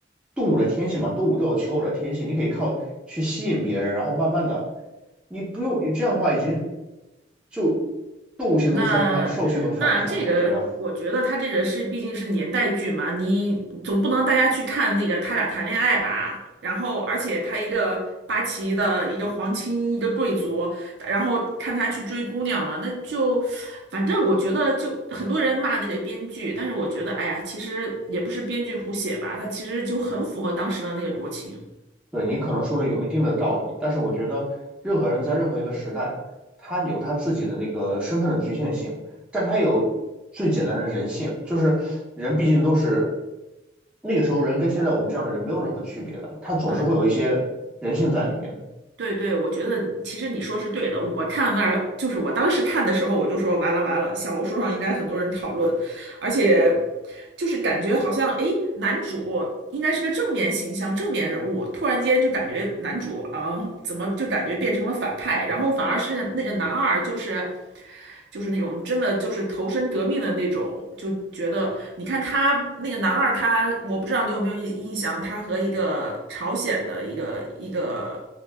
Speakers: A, in the centre; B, on the right.
A: 动物的天性嘛，动物都有求偶的天性，你可以靠去吸引别人，然后慢慢的，你不用你这样的话，已经就动物性都算不上，
B: 那那这个，
A: 兽性都算不上了，我觉得。
B: 我觉得他这个是毕竟是年代剧嘛，你总不能大家去看那个他俩谈恋爱吧？然后，而且他一个八旗的一个皇亲，一个贵族，然后看他去追姑娘嘛，那就反正我觉得就很多人骂那个编剧，但是我觉得哎呀，其实也不是编剧胡写吧，他其实就很符合当时的那个国情。
A: 对，你可能说的有一定的道理，但是我觉得任何人在任何一个时代，他有他自己的那个身份的局限性，但他有最简单的人性，就是人毕竟都是那个时候人跟现在我们这样的人没有任何区别的，他总是会有一些人性在里面的。
B: 呃对对，我觉得其实你说是对的。我看那儿就是我当时看的时候，我就说完了完了，小红书上应该很多人讨论，而且就是感觉好像诶，男主应该是个正面形象、正面人物，突然间就感觉男主啊，怎么就感觉变成了反派，然后反而是那个男二就是就是那种真的就是投身革命的那种，就觉得你看他那个男二他，我不知道你有没有印印象，他和一个朝鲜的一个一个。